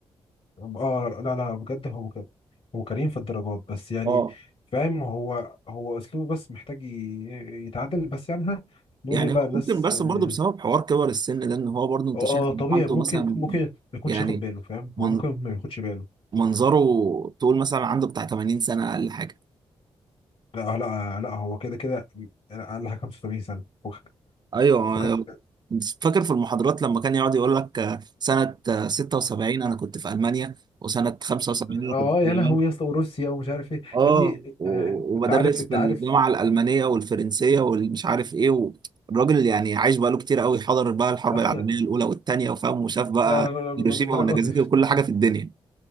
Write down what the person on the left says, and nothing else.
اه لا لا بجد هو كده هو كريم في الدرجات بس يعني
فاهم هو هو اسلوبه بس محتاج ي- يتعدل بس يعني ها نقول
ايه بقى
الناس
يعني
اه
طبيعي
ممكن
ممكن ما يكونش
ياخد باله فاهم
هو ممكن ما ياخدش باله
لا لا لا هو كده كده اقل حاجه 85 سنه فكك
فكك بجد.
اه
يا
لهوي يا اسطى وروسيا ومش عارف ايه
يا ابني
آه، انت
عارف انت
عارف
<laughs>
لا لا لا لا،
مش الدرجات
دي مش
الدرجات